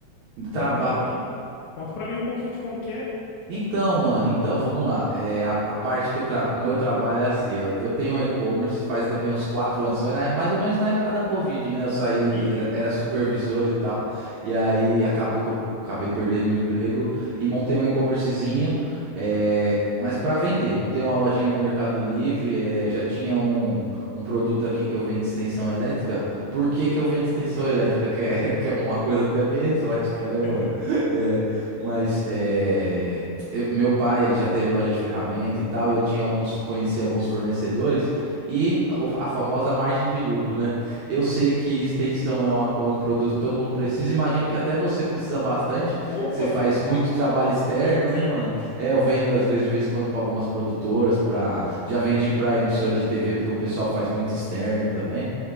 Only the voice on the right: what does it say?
Traba...
Então, mano, então, vamos lá. É, a, a parte que eu tra... o meu trabalho é assim, eu, eu tenho um e-commerce faz também uns quatro anos, vai na- mais ou menos na época da Covid, né? Eu saí,
era, era supervisor e tal, e aí acabou que eu acabei perdendo o emprego e montei um e-commercezinho, é, mas para vender. Montei uma lojinha no Mercado Livre, é, eu já tinha um, um produto aqui que eu vendo extensão elétrica. Por que que eu vendo extensão elétrica? Que é, <laughs> que é uma coisa até meio exótica, né, mano?
É, mas é eu- meu pai, ele já teve loja de ferramenta e tal, e eu tinha alguns, conhecia alguns fornecedores e o- a famosa margem de lucro, né? Eu
sei que extensão é, uma co- um produto que todo mundo precisa, imagino que até você precisa bastante,
que você faz muito trabalho externo,
né, mano? É, eu vendo às vezes de vez em quando para algumas produtoras, para já vendi para emissora de TV porque o pessoal faz muito externo também.